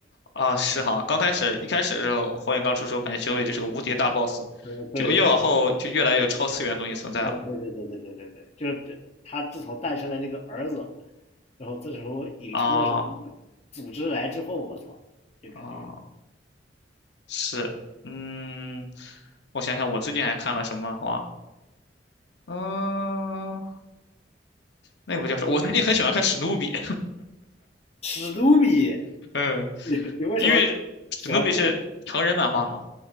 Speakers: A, on the left (about 65°); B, on the left (about 35°).
A: 啊，是哈，刚开始一开始的时候，火影刚出的时候，感觉九尾就是个无敌大 boss，
B: 呃，对对对
A: 结果越往后就越来越有超次元的东西存在了。
B: 呃，对对对对对对对，就是这，他自从诞生了这个儿子，然后这时候引出了什么组织来之后，
A: 啊
B: 我操，就感觉
A: 啊，是，嗯，我想想，我最近还看了什么漫画？嗯，那部叫什么？我最近很喜欢看史努比，
B: 史努比，
A: <laughs> 嗯，
B: <laughs> 你你为什么
A: 因为史努比是成人漫画嘛，
B: 喜欢看？